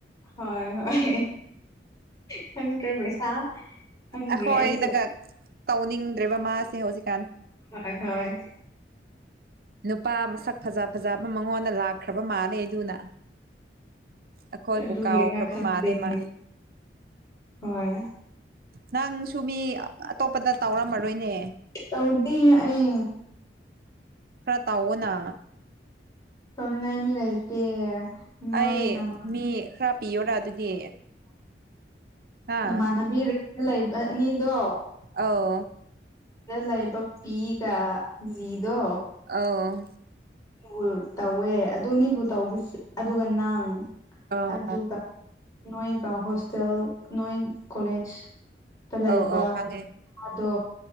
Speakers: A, on the left; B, on the right.
A: ꯍꯣꯏ ꯍꯣꯏ ꯈꯪꯗ꯭ꯔꯦ ꯄꯩꯁꯥ ꯈꯪꯗ꯭ꯔꯦ
B: ꯑꯩꯈꯣꯏꯗꯒ
A: ꯑꯩꯁꯨ
B: ꯇꯧꯅꯤꯡꯗ꯭ꯔꯦꯕ ꯃꯥꯁꯦ ꯍꯧꯖꯤꯛ
A: ꯍꯣꯏ ꯍꯣꯏ
B: ꯅꯨꯄꯥ ꯃꯁꯛ ꯐꯖ ꯐꯖꯕ ꯃꯉꯣꯟꯗ ꯂꯥꯛꯈ꯭ꯔꯕ ꯃꯥꯜꯂꯦ ꯑꯗꯨꯅ ꯑꯩꯈꯣꯏꯕꯨ
A: ꯑꯗꯨꯒꯤꯔꯥ
B: ꯀꯥꯎꯈ꯭ꯔꯕ
A: ꯈꯪꯗꯦꯅꯦ
B: ꯃꯥꯜꯂꯦ ꯃꯥ
A: ꯍꯣꯏ
B: ꯅꯪꯁꯨ ꯃꯤ ꯑꯇꯣꯞꯄꯗ ꯇꯥꯎꯔꯝꯃꯔꯣꯏꯅꯦ
A: ꯇꯧꯗꯤ ꯑꯦ
B: ꯈꯔ ꯇꯎꯅ
A: ꯀꯧ ꯉ ꯃꯤ ꯂꯩꯦꯇ ꯅꯣꯏ
B: ꯑꯩ
A: ꯅꯃ
B: ꯃꯤ ꯈꯔ ꯄꯤꯌꯣꯔꯥ ꯑꯗꯨꯗꯤ ꯍꯥ
A: ꯅꯃꯥꯟꯅꯕꯤ ꯂꯩꯕ ꯑꯅꯤꯗꯣ
B: ꯑꯧ
A: ꯂꯩꯕ ꯄꯤꯒ ꯖꯤꯗꯣ
B: ꯑ
A: ꯑꯣ ꯇꯧꯋꯦ ꯑꯗꯨꯅꯤꯕꯨ ꯇꯧꯕꯁ ꯑꯗꯨꯒ ꯅꯪ
B: ꯑꯧ
A: ꯑꯗꯨꯒ ꯅꯣꯏꯒ ꯍꯣꯁꯇꯦꯜ ꯅꯣꯏ ꯀꯣꯂꯦꯖ ꯂꯩꯕꯗꯣ
B: ꯑꯧ ꯑꯧ ꯈꯪꯉꯦ